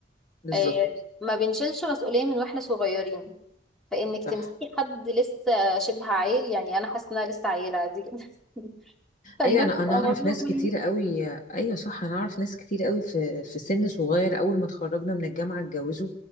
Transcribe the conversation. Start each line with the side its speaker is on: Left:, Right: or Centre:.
Left: بالظبط
Centre: آه، ما بنشيلش مسؤولية من واحنا صغيرين فإنك تمسكي
Left: صح
Centre: حد لسه شبه عيل يعني أنا حاسة إن أنا لسه عيلة عادي جدا <laughs> فإن
Left: ايوه
Centre: أنا
Left: انا
Centre: أبقى
Left: انا اعرف
Centre: مطلوب
Left: ناس
Centre: مني
Left: كتير قوي ايوه صح انا اعرف ناس كتير قوي في في سن صغير اول ما اتخرجنا من الجامعه اتجوزوا